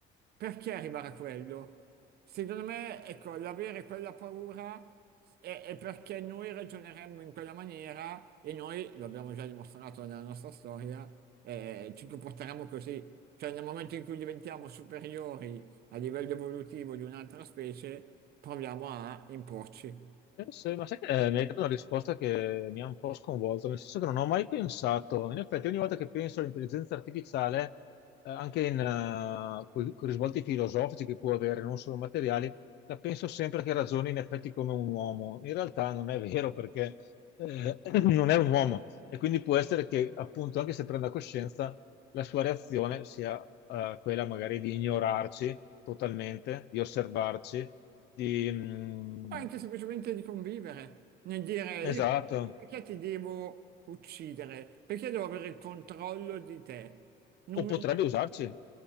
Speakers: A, on the right; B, on the left.
A: perché arrivare a quello? Secondo me, ecco, l'avere quella paura è, è perché noi ragioneremmo in quella maniera e noi, lo abbiamo già dimostrato nella nostra storia, eh, ci comporteremo così. Cioè, nel momento in cui diventiamo superiori a livello evolutivo di un'altra specie, proviamo a imporci.
B: Sì, sì, ma sai che eh, mi hai dato una risposta che mi ha un po' sconvolto, nel senso che non ho mai pensato, in effetti ogni volta che penso all'intelligenza artificiale, eh, anche in, eh, con con i risvolti filosofici che può avere, non solo materiali, la penso sempre che ragioni in effetti come un uomo. In realtà non è vero perché eh, <clears throat> non è un uomo e quindi può essere che appunto anche se prenda coscienza, la sua reazione sia eh, quella magari di ignorarci totalmente, di osservarci di, mh,
A: O anche semplicemente di convivere, nel dire io
B: Esatto,
A: perché perché ti devo uccidere? Perché devo avere il controllo di te? Non
B: o
A: mi-
B: potrebbe
A: non-
B: usarci.